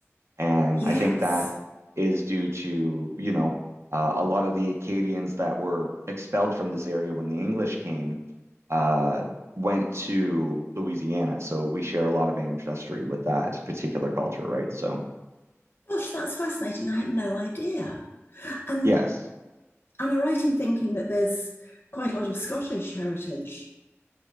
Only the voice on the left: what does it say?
Yes.
Gosh, that's fascinating. I had no idea. And
am I right in thinking that there's quite a lot of Scottish heritage?